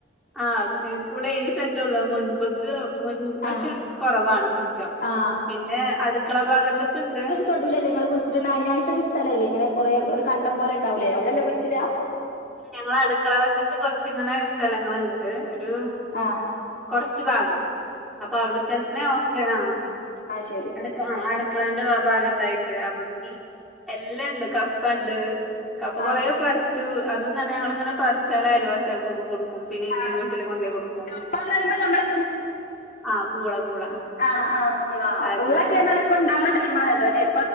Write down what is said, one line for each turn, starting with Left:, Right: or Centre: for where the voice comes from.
Centre: ആഹ് ഞങ്ങക്ക് വടെ ഏഴ് സെൻ്റൊള്ളോ മുൻപ്. ക്ക് മുൻവശം
Left: ആ
Centre: കൊറവാണ് മുറ്റം.
Left: ആ
Centre: പിന്നെ അടുക്കള ഭാഗത്ത്ക്ക്ണ്ട്.
Left: തൊടൂലല്ലേ ഇങ്ങള് കുഴിച്ച്ടണ അയ് നായിട്ടൊരു സ്ഥലല്ലേ ഇങ്ങനെ കൊറെ ഒര് കണ്ടം പോലെണ്ടാവ് ലേ അവടല്ലേ കുഴിച്ച്ടാ
Centre: ഞങ്ങളെ അടുക്കള വശത്ത് കൊർച്ചിങ്ങനെ സ്ഥലങ്ങള്ണ്ട് ഒരു.
Left: ആഹ്
Centre: കൊർച്ച് ഭാഗം. അപ്പൊ അവ്ടത്തന്നെയൊക്കെ ആഹ്
Left: അ ശരി
Centre: അടക്ക ആ അടക്കളേന്റെ ഭാഗത്തായിട്ട് <unintelligible> എല്ലാണ്ട് കപ്പണ്ട്. കപ്പ കൊറേ
Left: ആ
Centre: പറിച്ചു. അതിതന്നെ ഞങ്ങളിങ്ങനെ പറിച്ചായൽവാസികൾക്കൊക്കെ കൊടുക്കും. ക്കും പിന്നെ എന്റെ
Left: ആ,
Centre: വീട്ടില് കൊണ്ടൈ കൊടുക്കും.
Left: കപ്പ എന്ന് പറയുമ്പോ നമ്മളെ
Centre: ആഹ് പൂള പൂള.
Left: ആഹ് ആഹ് ബൂള.
Centre: അത്
Left: ബൂളൊക്കെന്നാലിപ്പയൊണ്ടാവണ ടൈമാണല്ലോല്ലേ?